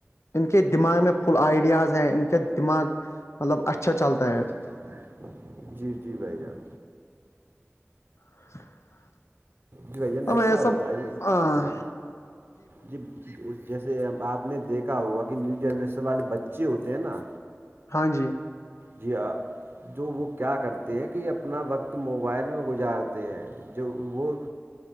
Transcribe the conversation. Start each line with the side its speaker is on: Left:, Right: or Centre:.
Left: ان کے دماغ میں فل آئیڈیاز ہے ان کا دماغ مطلب اچھا چلتا ہے
Right: <unintelligible> جی جی بھائی جان
Left: <unintelligible>
Right: جی بھ جان
Left: تو
Right: ایسا
Left: میں
Right: ہوتا ج
Left: ہاں
Right: جی جی جیسے آپ نے دیکھا ہوا کہ نیو جنریشن والے بچے ہوتے ہیں نا
Left: ہاں جی
Right: جی ہاں جو وہ کیا کرتے ہیں کہ اپنا وقت موبائل میں گزارتے ہیں جو وہ